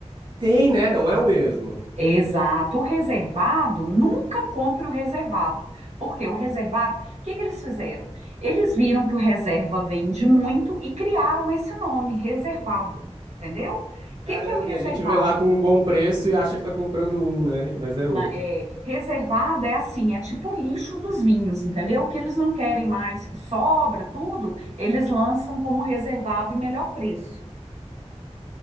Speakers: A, on the right (about 40°); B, on the right (about 75°).
A: Tem, né? Não é o mesmo.
B: Exato. O reservado, nunca compre o reservado. Porque o reservado, o que que eles fizeram? Eles viram que o reserva vende muito e criaram esse nome, reservado, entendeu? O que
A: Caramba,
B: que é o reservado?
A: e a gente vê lá com um bom preço e acha que tá comprando um, né? Mas é outro.
B: na- é, reservada é assim, é tipo o lixo dos vinhos, entendeu? O que eles não querem mais, que sobra tudo, eles lançam como reservado e melhor preço.